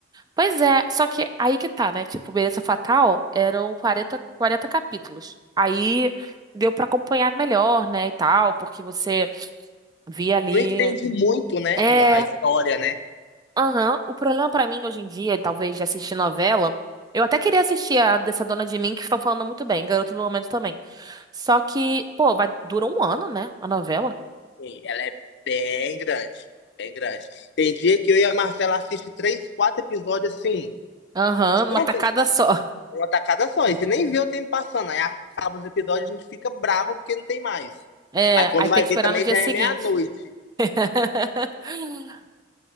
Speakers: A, on the right (about 20°); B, on the left (about 65°).
A: Pois é, só que aí que tá, né? Tipo, Beleza Fatal eram 40 40 capítulos. Aí deu pra acompanhar melhor, né, e tal, porque você via ali.
B: Não estende muito, né?
A: É,
B: A história, né?
A: Aham, O problema pra mim hoje em dia, talvez de assistir novela, eu até queria assistir a dessa Dona de Mim, que estão falando muito bem, Garoto do Momento também. Só que, pô, vai, dura um ano, né, a novela?
B: Sim, ela é bem grande. Bem grande. Tem dia que eu e a Marcela assiste três, quatro episódios assim,
A: Aham,
B: de
A: uma
B: uma
A: tacada
B: vez,
A: só.
B: uma tacada só. E você nem vê o tempo passando. Aí acaba os episódios, a gente fica bravo porque não tem mais.
A: É,
B: Mas quando
A: aí tem
B: vai
A: que
B: ver
A: esperar
B: também
A: no dia
B: já
A: seguinte.
B: é meia-noite.
A: <laughs>